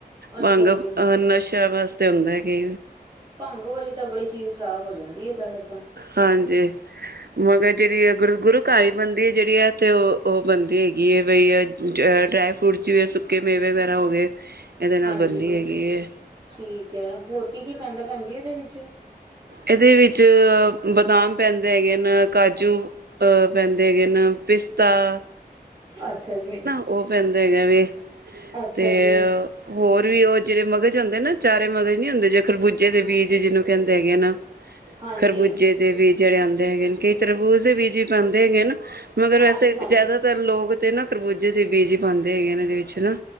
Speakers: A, on the right (about 30°); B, on the right (about 80°).
A: ਅੱਛਾ
B: ਭੰਗ
A: ਜੀ
B: ਅਹ ਨਸ਼ਾ ਵਾਸਤੇ ਹੁੰਦਾ ਹੈ ਕਿ
A: ਭੰਗ ਵਾਲੀ ਤਾਂ ਬੜੀ ਚੀਜ਼ ਖਰਾਬ ਹੋ ਜਾਂਦੀ ਹੈ ਤਾਂ ਫਿਰ ਤਾਂ
B: ਹਾਂਜੀ ਮਗਰ ਜਿਹੜੀ ਗੁਰੂ ਘਰ ਬੰਦੀ ਹੈ ਜਿਹੜੀ ਹੈ ਤੇ ਉਹ ਉਹ ਬੰਦੇ ਹੈਗੀ ਹੈ ਬਈ ਡਰਾਈ ਫਰੂਟ 'ਚ ਵੀ ਸੁੱਕੇ ਮੇਵੇ ਵਗੈਰਾ ਹੋ ਗਏ ਇਹਦੇ ਨਾਲ
A: ਹਾਂਜੀ
B: ਬਣਦੀ ਹੈਗੀ ਹੈ
A: ਠੀਕ ਹੈ ਹੋਰ ਕੀ ਕੀ ਪੈਂਦਾ ਭੈਣ ਜੀ ਇਹਦੇ ਵਿੱਚ
B: ਇਹਦੇ ਵਿੱਚ ਬਦਾਮ ਪੈਂਦੇ ਹੈਗੇ ਨੇ ਕਾਜੂ ਅ ਪੈਂਦੇ ਹੈਗੇ ਨੇ ਪਿਸਾਤ ਤਾ
A: ਅੱਛਾ ਜੀ
B: ਉਹ ਪੈਂਦੇ ਹੈ ਵੇ
A: ਅੱਛਾ
B: ਤੇ
A: ਜੀ,
B: ਹੋਰ ਵੀ ਉਹ ਜਿਹੜੇ ਮਗਜ਼ ਹੁੰਦੇ ਨਾ ਚਾਰੇ ਮਗਜ਼ ਨੀ ਹੁੰਦੇ ਜੇ ਖਰਬੂਜੇ ਦੇ ਬੀਜ ਜਿਹਨੂੰ ਕਹਿੰਦੇ ਹੈਗੇ ਨਾ
A: ਹਾਂਜੀ,
B: ਖਰਬੂਜੇ ਦੇ ਵੀਜ ਜਿਹੜੇ ਆਉਂਦੇ ਹੈਗੇ ਨੇ ਕਈ ਤਰਬੂਜ਼ ਦੇ ਬੀਜ ਵੀ ਪਾਉਂਦੇ ਹੈਗੇ ਨੇ ਮਗਰ ਵੈਸੇ
A: ਹਾਂਜੀ, ਹਾਂਜੀ।
B: ਜ਼ਿਆਦਾਤਰ ਲੋਕ ਤੇ ਨਾ ਖਰਬੂਜੇ ਦੇ ਬੀਜ ਹੀ ਪਾਉਂਦੇ ਹੈਗੇ ਇਹਦੇ ਵਿੱਚ ਹਨਾ